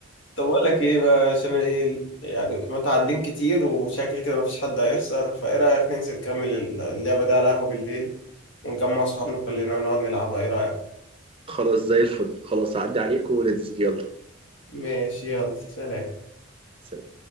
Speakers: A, on the left; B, on the right.
A: طب اقول لك ايه بقى عشان ايه يعني متعادلين كتير وشكل كده مفيش حد هيخسر فايه رايك ننزل نكمل اللعبه دي على القهوه بالليل ونجمع صحابنا كلنا ونقعد نلعبها ايه رايك
B: خلاص زي الفل خلاص اعدي عليكم وننزل يلا
A: ماشي يلا سلام
B: سلام